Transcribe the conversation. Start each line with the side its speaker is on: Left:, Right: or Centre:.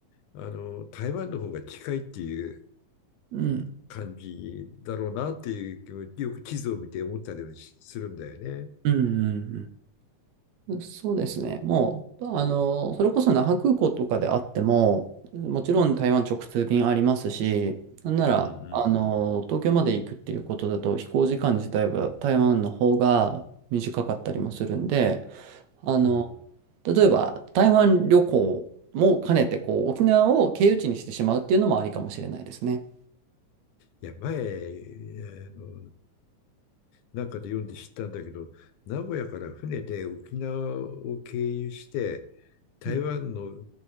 Left: あの、台湾の方が近いっていう
Right: うん。
Left: 感じだろうなっていう気も、よく地図を見て思ったりはするんだよね。
Right: うんうんうんそうですね。もう、まあの、それこそ那覇空港とかであっても、もちろん台湾直通便ありますし、なんなら、
Left: うん
Right: あの、東京まで行くっていうことだと、飛行時間自体は台湾の方が短かったりもするんで、あの、
Left: うん。うん
Right: 例えば台湾旅行も兼ねて、こう、沖縄を経由地にしてしまうっていうのもありかもしれないですね。
Left: いや、前、あの、なんかで読んで知ったんだけど、名古屋から船で沖縄を経由して、台湾の、
Right: うん